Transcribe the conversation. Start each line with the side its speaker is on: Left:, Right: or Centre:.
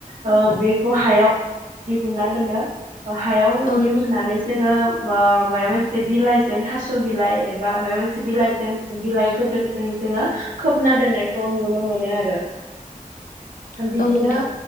Right: ओ बेखौ हायाव दिहुना दोनो बेखौ हायाव
Left: औ नों
Right: दिहुननानै जोङो ओ मायाबा मोनसे बिलाइजों थास' बिलाइ एबा मायाबा मोनसे बिलाइजों बिलाइ गोदोरजों जोङो खोबना दोननायखौ नुनो मोनो आरो।
Left: <inaudible>
Right: बिदिनो
Left: औ नोंथां